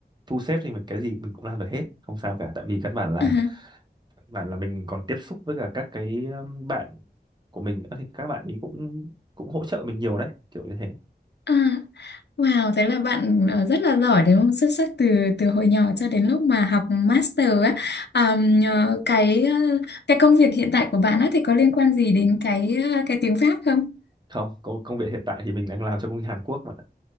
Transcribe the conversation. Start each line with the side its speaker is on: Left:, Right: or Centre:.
Right: thu xếp thì mình cái gì mình cũng làm được hết không sao cả tại vì căn bản là
Left: À,
Right: căn bản là mình còn tiếp xúc với cả các cái um, bạn của mình nữa thì các bạn ấy cũng cũng hỗ trợ mình nhiều đấy kiểu như thế
Left: à. Wow, thế là bạn ờ, rất là giỏi đúng không? Xuất sắc từ từ hồi nhỏ cho đến lúc mà học master á. Ờm, ờ, cái ờ, cái công việc hiện tại của bạn á thì có liên quan gì đến cái ờ, cái tiếng Pháp không?
Right: không công, công việc hiện tại thì mình đang làm cho công ty Hàn Quốc mà